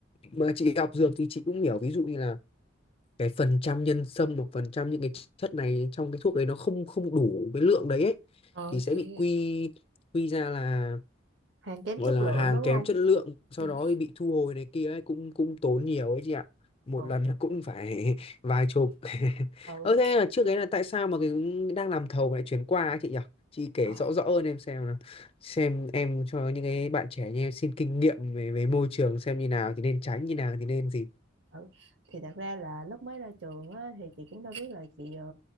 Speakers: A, on the left; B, on the right.
A: mà chị học dược thì chị cũng hiểu ví dụ như là cái phần trăm nhân sâm hoặc phần trăm những cái chất này trong cái thuốc đấy nó không không đủ cái lượng đấy ấy
B: ờ
A: thì sẽ
B: chị
A: bị quy quy ra là
B: hàng kém
A: gọi
B: chất
A: là
B: lượng
A: hàng
B: đúng
A: kém
B: không
A: chất lượng sau
B: ừ
A: đó thì bị thu hồi này kia ấy cũng cũng tốn nhiều ấy chị ạ một
B: ừ
A: lần là cũng phải <laughs> vài chục <laughs>
B: ừ
A: ơ thế là trước đấy là tại sao mà cái đang làm thầu lại chuyển qua ấy chị nhỉ chị kể
B: ờ,
A: rõ rõ hơn em xem nào xem em cho những cái bạn trẻ như em xin kinh nghiệm về về môi trường xem như nào thì nên tránh như nào thì nên gì
B: ừ thì thật ra là lúc mới ra trường á, thì chị cũng đâu biết là chị ờ,